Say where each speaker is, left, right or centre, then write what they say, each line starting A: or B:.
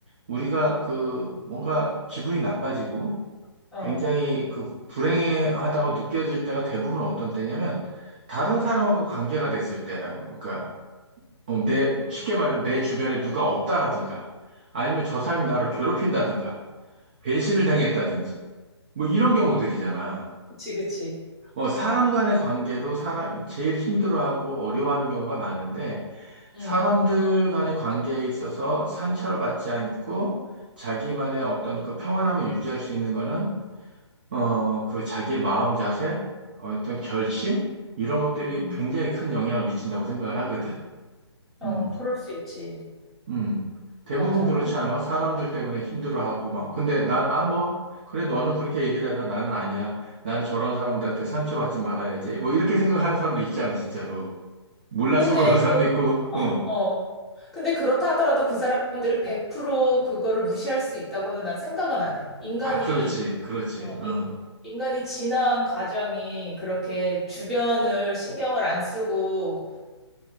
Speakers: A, on the right (about 20°); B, in the centre.
A: 우리가 그 뭔가 기분이 나빠지고
B: 어,
A: 굉장히 그 불행하다고 느껴질 때가 대부분 어떤 때냐면 다른
B: 음,
A: 사람하고 관계가 됐을 때라고. 그러니까 어, 내 쉽게 말해서 내 주변에 누가 없다라든가 아니면 저 사람이 나를 괴롭힌다든가 배신을 당했다든지 뭐 이런 경우들이잖아.
B: 그치, 그치.
A: 어, 사람 간의 관계로 사람이 제일 힘들어하고 어려워하는 경우가 많은데
B: 음,
A: 사람들 간의 관계에 있어서 상처를 받지 않고 자기만의 어떤 그 평안함을 유지할 수 있는 거는 어, 그 자기의 마음 자세, 어떤 결심 이런 것들이
B: 음,
A: 굉장히 큰 영향을 미친다고 생각을 하거든.
B: 어,
A: 음.
B: 그럴 수 있지.
A: 음, 대부분
B: 맞아.
A: 그렇지 않아? 사람들 때문에 힘들어하고 막. 근데 난, 아, 뭐, 그래, 너는 그렇게 얘기를 해라. 나는 아니야. 나는 저런 사람들한테 상처받지 말아야지. 뭐, 이렇게 생각하는 사람도 있잖아, 진짜로. 몰라서
B: 근데,
A: <laughs> 그런
B: 그렇,
A: 사람도 있고, 어.
B: 어, 근데 그렇다 하더라도 그 사람들이 100% 그거를 무시할 수 있다고는 난 생각은 안 해. 인간이,
A: 아, 그렇지, 그렇지,
B: 어,
A: 어.
B: 이- 인간이 진화한 과정이 그렇게 주변을 신경을 안 쓰고